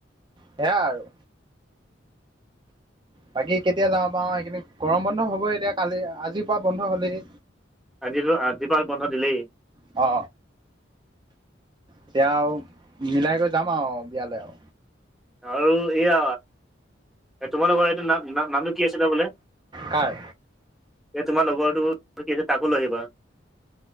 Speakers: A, on the right; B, in the centre.
A: সেয়া আৰু। বাকী কেতিয়া যাব পাওঁ এইকেইদিন গৰম বন্ধ হ'বই এতিয়া কালি আজিৰ পৰা বন্ধ হ'লেই
B: আজিতো আজি পৰা বন্ধ দিলেই।
A: অ এতিয়া আও মিলাই গৈ যাম আও বিয়ালে আও।
B: আৰু এয়া তোমালোকৰ এইটো নাম না নামটো কি আছিলে বোলে এ
A: কাৰ
B: তোমাৰ লগৰটো কি আছিল তাকো লৈ আহিবা।